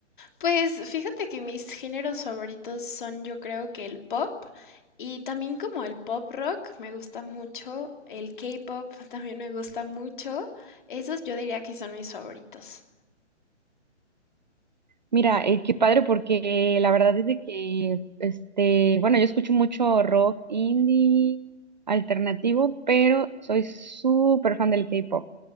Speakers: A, on the left; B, on the right.
A: Pues fíjate que mis géneros favoritos son yo creo que el pop y también como el pop rock me gusta mucho, el K-pop <laughs> también me gusta mucho, esos yo diría que son mis favoritos.
B: Mira, eh, qué padre porque la verdad es de que, este, bueno, yo escucho mucho rock indie alternativo, pero soy súper fan del K-pop.